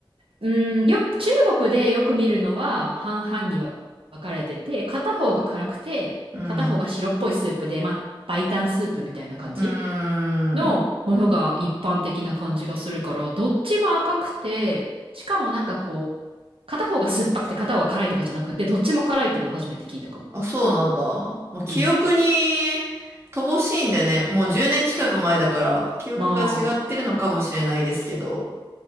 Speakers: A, on the right; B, on the right.
A: うん、よく、中国でよく見るのは半々に分かれてて、片方が辛くて、
B: うん。
A: 片方が白っぽいスープで、まあ、白湯スープみたいな感じ
B: うーん。
A: のものが一般的な感じがするから、どっちも赤くて、しかもなんかこう、片方が酸っぱくて片方が辛いとかじゃなくて、どっちも辛いっていうのを初めて聞いたかも。
B: あ、そうなんだ。もう記憶に乏しいんでね、
A: うん。
B: もう10年近く前だから、記憶が違ってるのかもしれないですけど、
A: まあ、